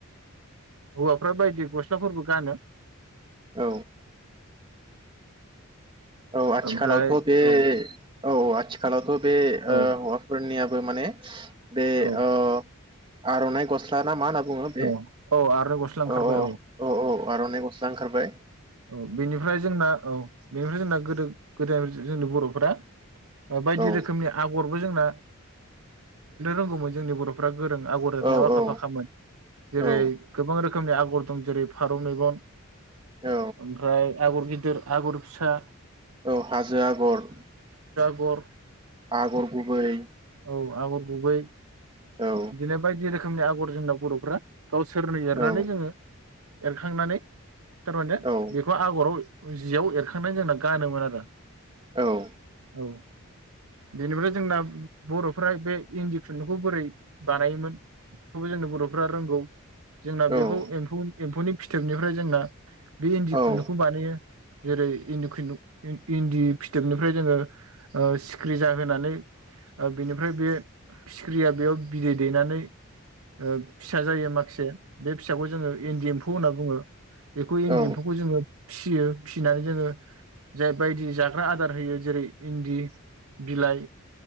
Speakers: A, on the right (about 80°); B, on the right (about 25°).
A: हौवाफोरा बायदि गस्लाफोरबो गानो।
B: औ। औ आथिखालावथ
A: ओमफ्राय
B: बे
A: औ
B: औ आथिखालावथ बे ओ
A: औ
B: हौवाफोरनिया बो माने बे
A: औ
B: ओ आर'नाइ गस्ला ना मा होनो बुङो बे
A: औ औ आर'नाइ गस्ला ओंखारबाय
B: औ औ औ औ आर'नाइ गस्ला ओंखारबाय।
A: औ बेनिफ्राय जोंना औ । बेनिफ्राय जोंना गोदो-गोदाय जोंनि बरफोरा बायदि
B: औ
A: रोखोमनि आगर बयबो जोंना रोंगौमोन जोंनि बरफोरा गोरों आगर एरनायाव
B: औ
A: आखा-फाखामोन
B: औ
A: जेरै
B: औ
A: गोबां रोखोम गोबां रोखोमनि आगर दं जेरै फारौ मेगन
B: औ
A: ओमफ्राय आगर गिदिर आगर फिसा।
B: औ हाजो आगर
A: गर
B: आगर गुबै
A: औ आगरगुबै।
B: औ
A: दिनो बायदि रोखोम रोखोमनि आगर जोंना बरफोरा गावसोरनो एरनानै
B: औ
A: जोङो एरखांनानै थारमाने
B: औ
A: बेखौ आगराव जियाव एरखांनानै जोंना गानोमोन आरो
B: औ
A: औ बेनिफ्राय जोंना बरफ्रा बे इन्दि खुन्दुंखौ बोरै बानायोमोन बेखौबो जोंनि बरफ्रा रोंगौमोन। जोंना बेखौ
B: औ
A: एम्फौ एम्फौनि फिथोबनिफ्राय जोंना बे इन्दि
B: औ
A: खुन्दुंखौ
B: औ
A: बानायो जेरै इन्दि खुन्दुंफोरखौ इन्दि फिथोबनिफ्राय जोङो ओ सिखिरि जाहोनानै ओ बिनिफ्राय बे सिखिरिया बेयाव बिदै दैनानै ओ फिसा जायो माखासे बे फिसाखौ जोङो इन्दि एम्फौ होनना बुङो बेखौ इन्दि
B: औ
A: एम्फ फियो फिनानै जोङो जाय बायदि जाग्रा आदार होयो जेरै इन्दि बिलाइ